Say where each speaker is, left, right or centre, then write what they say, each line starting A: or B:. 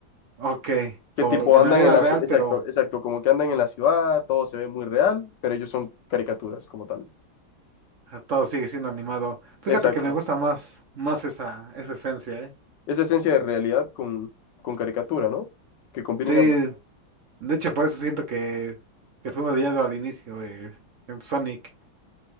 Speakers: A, on the right (about 60°); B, on the left (about 65°).
A: Ok, como
B: que tipo
A: en
B: andan
A: la vida
B: en la
A: real,
B: ciudad, exacto,
A: pero
B: exacto, como que andan en la ciudad, todo se ve muy real, pero ellos son caricaturas como tal.
A: todo sigue siendo animado. Fíjate
B: Exacto.
A: que me gusta más, más esa, esa esencia, ¿eh?
B: Esa esencia de realidad con, con caricatura, ¿no? Que combinen
A: Sí,
B: ambas.
A: De hecho, por eso siento que, que fuimos odiado al inicio, eh, en Sonic.